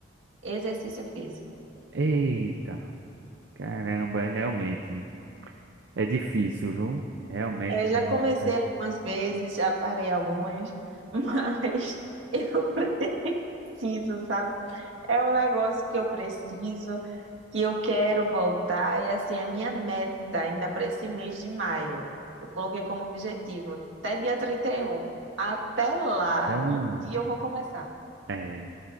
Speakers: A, on the right; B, on the right.
A: Exercício físico.
B: Eita, caramba, é realmente é difícil, viu? Realmente
A: É, já
B: essa
A: comecei algumas vezes, já parei algumas, mas <laughs> eu preciso, sabe? É um negócio que eu preciso, que eu quero voltar, e assim, a minha meta ainda para esse mês de maio, eu coloquei como objetivo até dia trinta e um Até lá,
B: é um
A: um dia eu vou começar.
B: é,